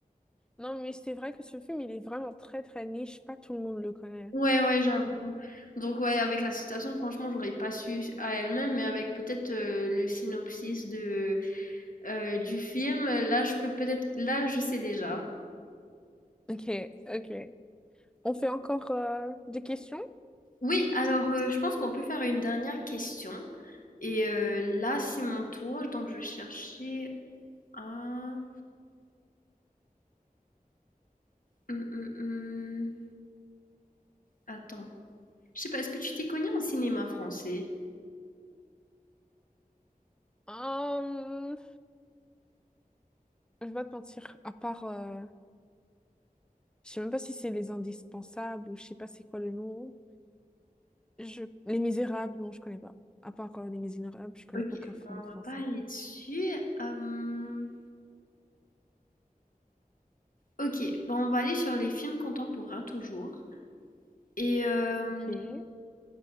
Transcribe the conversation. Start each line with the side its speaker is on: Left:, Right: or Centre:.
Centre: Non, mais c'est vrai que ce film, il est vraiment très, très niche. Pas tout le monde le connaît.
Left: Ouais, ouais, j'avoue. Donc, ouais, avec la citation, franchement, j'aurais pas su à elle-même, mais avec peut-être euh, le synopsis de, euh, du film, là, je peux peut-être, là, je sais déjà.
Centre: Ok, ok. On fait encore euh, des questions?
Left: Oui, alors, euh, je pense qu'on peut faire une dernière question. Et euh, là, c'est mon tour, donc je vais chercher un. Hum, hum, hum. Attends. Je sais pas, est-ce que tu t'y connais en cinéma français?
Centre: Hum, je vais pas te mentir, à part, euh, je sais même pas si c'est les indispensables ou je sais pas c'est quoi le nom. Je... Les Misérables, non, je connais pas. À part euh, Les Misérables, je connais
Left: Ok,
Centre: aucun
Left: bon,
Centre: film
Left: on va
Centre: français.
Left: pas aller dessus. Hum, Ok, bah on va aller sur les films contemporains toujours. Et euh,
Centre: Ok. Ah,